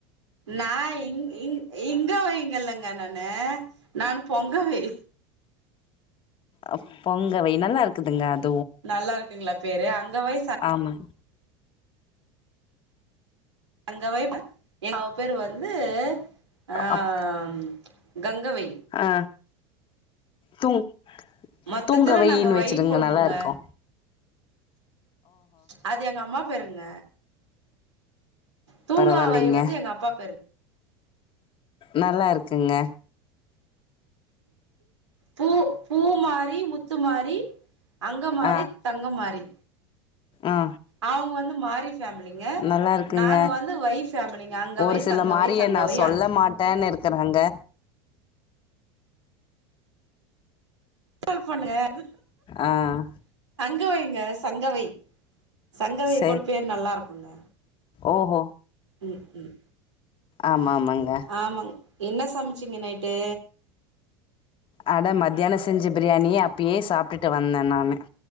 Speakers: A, on the right; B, on the left.
A: நா இங் இங் இங்கவைங்கல்லங்க நானு நான் பொங்கவை
B: அ பொங்கவை நல்லாருக்குதுங்க அத்
A: நல்லாருக்குங்களா பேரு அங்கவை சங்
B: ஆமா.
A: அங்கவை மவூ பேரு வந்து ஆ
B: அப்
A: ம் ரங்கவை
B: ஆ தூங்
A: மொத்தத்துல
B: தூங்கவைன்
A: நாங்க
B: வச்சிருங்க
A: வை குடும்பங்க
B: நல்லாருக்கூ
A: அது எங்கம்மா பேருங்க தூங்காவை
B: பரவால்லைங்க.
A: வந்து எங்க அப்பா பேரு
B: நல்லாருக்குங்க
A: பூ பூமாரி முத்துமாரி அங்கமாரி
B: ஆ
A: தங்கமாரி
B: ஆ
A: அவுங்க வந் ந்து மாரி ஃபேமிலிங்க
B: நல்லா இருக்குங்க
A: நாங்க வந்து வை ஃபேமிலிங்க அங்கவை
B: ஒரு சில
A: தங்கவை
B: மாரிய
A: சங்கவை
B: நா சொல்ல
A: அந்
B: மாட்டேன்னு இருக்குறேங்க
A: <unintelligible> பண்ணுக
B: ஆஹ்
A: கவைங்க சங்கவை சங்கவை
B: சரி
A: கூடு பேர் நல்லா இருக்குங்க
B: ஓஹோ
A: ம் ம்
B: ஆமாம் ஆமாங்க
A: ஆமாங் என்ன சம்ச்சீங்க நைட்டு
B: அட மத்தியான செஞ்சு பிரியாணி அப்பியே சாப்டுட்டு வந்தே நானு